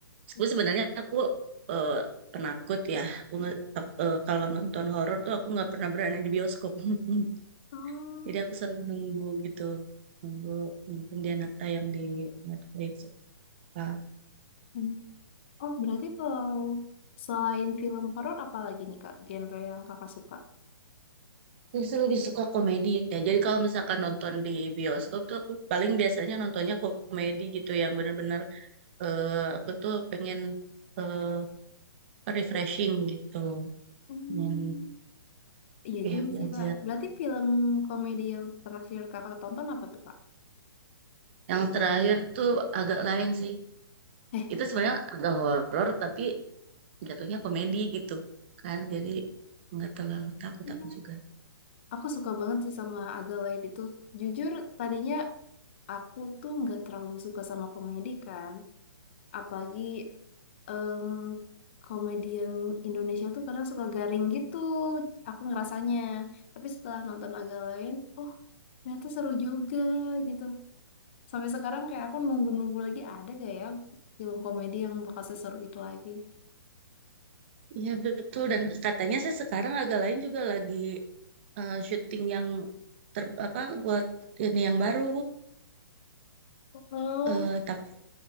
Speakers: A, on the left (about 30°); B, on the right (about 30°).
A: Hmm.
B: Gue sebenarnya aku eh, penakut ya. Aku nge- ak- eh, kalau nonton horor tuh aku nggak pernah berani di bioskop. <laughs>
A: Oh,
B: Jadi aku selalu nunggu gitu. Nunggu mungkin dia nata yang di Netflix apa.
A: Mm. oh berarti kalau selain film horor apa lagi nih Kak, genre yang Kakak suka?
B: Aku sih lebih suka komedi ya. Jadi kalau misalkan nonton di bioskop tuh aku paling biasanya nontonnya komedi gitu yang bener-bener eh, aku tuh pengen eh, refreshing gitu.
A: Hmm.
B: ingin
A: Iya
B: happy
A: juga sih
B: aja.
A: Kak. Berarti film komedi yang terakhir Kakak tonton apa tuh Kak?
B: Yang terakhir tuh agak lain sih.
A: Eh,
B: Itu sebenarnya agak horor tapi jatuhnya komedi gitu kan. Jadi nggak terlalu takut
A: Ya.
B: aku juga.
A: aku suka banget sih sama Aga Lain itu. Jujur, tadinya aku tuh nggak terlalu suka sama komedi kan. Apalagi em, komedian Indonesia tuh kadang suka garing gitu, aku ngerasanya. Tapi setelah nonton agak lain, oh ternyata seru juga gitu. Sampai sekarang kayak aku nunggu-nunggu lagi ada gak ya film komedi yang bakal seseru itu lagi.
B: Iya betul dan katanya sih sekarang agak lain juga lagi eh, syuting yang ter, apa buat ini yang baru.
A: Oh,
B: Eh, tapi